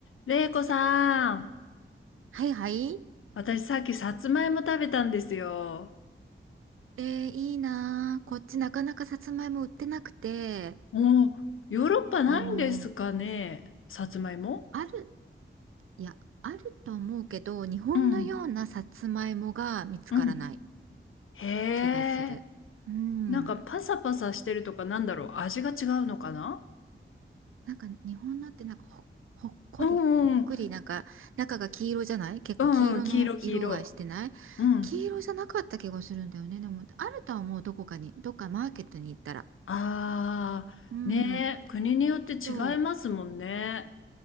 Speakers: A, on the left; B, on the right.
A: れいこさん、
B: はいはい。
A: 私さっきさつまいも食べたんですよ。
B: えー、いいなー。こっちなかなかさつまいも売ってなくて、
A: おー、ヨーロッパないんですかね、
B: あの、
A: さつまいも
B: ある、いや、あると思うけど、日本のようなさつまいもが見つからない
A: うん、うん。へえ、
B: 気がする。うん。
A: なんかパサパサしてるとかなんだろう、味が違うのかな
B: なんか日本のってなんかほ、ほっこり、
A: うんうん、
B: ほっくり、なんか中が黄色じゃない結構黄色の色がしてない
A: うんうん、黄色黄色。うん。
B: 黄色じゃなかった気がするんだよね。でも、あるとは思う、どこかに、どっかマーケットに行ったら。
A: あー、
B: うん。
A: ねえ、国によって違いますもんね。
B: そう。